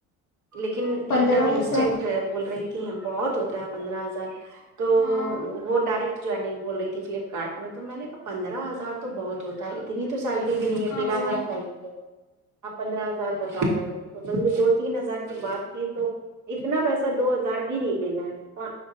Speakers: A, on the right; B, on the left.
A: لیکن
B: پندرہ
A: ایک دم
B: ہزار
A: ان بول رہی تھی بہت ہوتا ہے پندرہ ہزار تو
B: ہاں
A: وہ ڈائریکٹ جوینک بول رہی تھی فلپکارٹ میں تو میں نے کہا پندر ہزار تو بہت ہوتا ہے اتنی تو سیلری بھی نہیں ہے
B: ہاں
A: تیرہ ہزار سیلری ہے آپ پندرہ ہزار بتا رہے ہو تو ب دو تین ہزار کی بات کی تو اتنا پیسہ دو ہزار بھی نہیں دینا ہے